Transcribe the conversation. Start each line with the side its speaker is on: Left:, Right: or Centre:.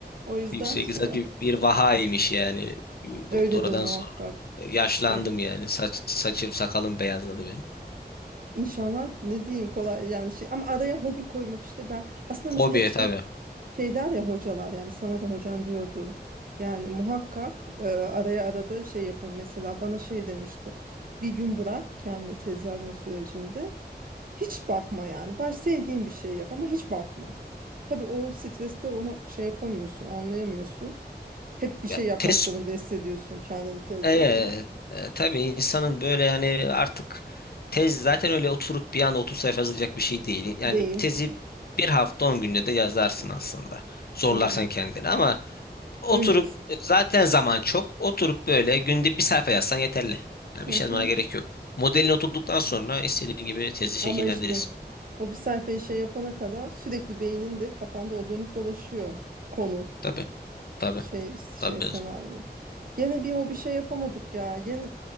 Right: O yüzden
Left: yüksek
Right: şey
Left: lisans
Right: yap.
Left: bir, bir vahaymış yani.
Right: Öyle
Left: Doktoradan
Right: dedim muhakkak.
Left: sonra. Yaşlandım
Right: Yani
Left: yani. Saç, saçım sakalım beyazladı benim.
Right: İnşallah ne diyeyim kolay yani şey ama araya hobi koymak işte ben aslında mesela
Left: Hobi
Right: hep şey
Left: tabii.
Right: şey der ya hocalar yani sana da hocan diyordu. Yani muhakkak e, araya arada şey yapın mesela bana şey demişti. Bir gün bırak kendi tez yazma sürecinde hiç bakma yani. Ben sevdiğin bir şey yap ama hiç bakma. Tabii o streste onu şey yapamıyorsun, anlayamıyorsun. Hep bir şey
Left: Ya
Right: yapmak
Left: test
Right: zorunda hissediyorsun kendini tez
Left: Evet,
Right: dönemi.
Left: e, tabii insanın böyle hani artık tez zaten öyle oturup bir anda 30 sayfa yazacak bir şey değil. Yani
Right: Değil.
Left: tezi bir hafta 10 günde de yazarsın aslında. Zorlarsan
Right: Hı.
Left: kendini ama oturup
Right: Öncesi.
Left: e, zaten zaman çok. Oturup böyle günde bir sayfa yazsan yeterli. Yani
Right: Hı
Left: bir şey
Right: hı.
Left: yazmana gerek yok. Modelini oturduktan sonra istediğin gibi tezi şekillendirirsin.
Right: Ama işte o bir sayfayı şey yapana kadar sürekli beyninde kafanda o dönüp dolaşıyor konu
Left: Tabii, tabii,
Right: şey şey
Left: tabii.
Right: senaryo. Gene bir hobi şey yapamadık ya. Gene